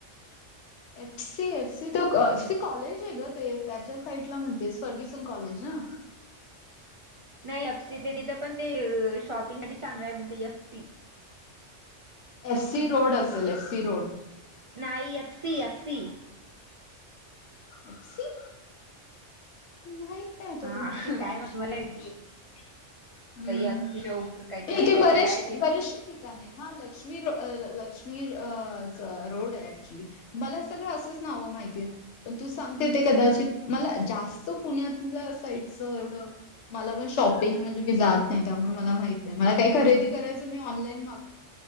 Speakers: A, on the left (about 75°); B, on the right (about 45°).
A: F. C... F. C. तर एफ. सी. कॉलेज आहे ग ते त्याच्या साईडला म्हणते फर्ग्युसन कॉलेज ना
B: नाही एफ. सी. ते तिथे पण ते.. य.. शॉपिंग साठी चांगलं आहे म्हणते F. C.
A: S. C. Road असेल एस. सी. रोड
B: नाई F. C... F. C.
A: F. C. माहित नाही आता
B: हा
A: तू नक्की काय एफ.
B: म्हणत
A: सी.
B: मला
A: म्हणतेस. ह्म्म..
B: एफसी चौक काहीतरी
A: ये
B: असं
A: ते
B: काहीतरी
A: बरेशे..
B: आहे ते
A: बरेशे.. ठिका आहे, हा.. लक्ष्मी.. लक्ष्मी अ.. च.. रोड आहे. मला सगळं असंच नाव माहिती आहेत, पण तू सांगते ते कदाचित मला जास्त तो पुण्यातल्या साईडच एवढं मला पण शॉपिंग म्हणजे मी जात नाही त्यामुळे मला माहित नाही मला काही खरेदी करायचं मी ऑनलाईन माग